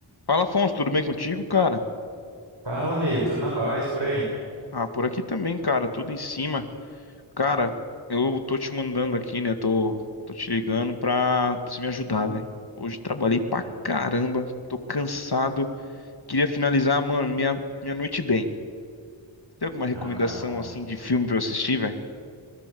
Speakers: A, on the left; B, on the right.
A: Fala, Afonso, tudo bem contigo, cara?
B: Fala, amigo, tudo na paz por aí?
A: Ah, por aqui também, cara, tudo em cima. Cara, eu tô te mandando aqui, né? Tô, tô te ligando pra você me ajudar, velho. Hoje trabalhei pra
B: Não,
A: caramba, tô cansado. Queria finalizar, mano, minha, minha noite bem. Tem alguma recomendação,
B: não, cara, bom.
A: assim, de filme pra eu assistir, velho?